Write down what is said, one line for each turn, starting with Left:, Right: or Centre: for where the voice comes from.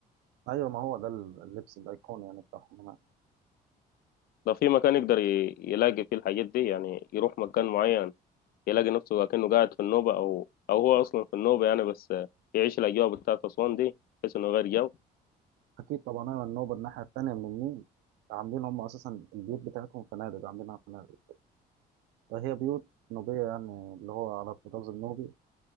Right: ايوه ما هو ده ال- اللبس الايقوني يعني بتاعهم هناك
Left: لو في مكان يقدر ي- يلاقي فيه الحاجات دي يعني يروح مكان معين يلاقي نفسه كأنه قاعد في النوبة أو أو هو أصلا في النوبة يعني بس آه، يعيش الأجواء بتاعت أسوان دي بحيث إنه غير جو
Right: اكيد طبعا ايوه النوبه الناحيه التانيه من النيل عاملين هم اساسا البيوت بتاعتهم فنادق عاملينها فنادق فهي بيوت نوبيه يعني اللي هو على الطراز النوبي